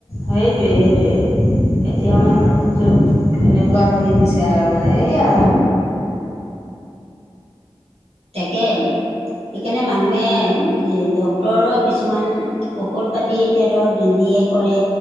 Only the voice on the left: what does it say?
সেইটোৱে - সেইটোৱে এতিয়া মানে যোন তেনেকুৱা হেৰি হৈছে আৰু মানে এইয়া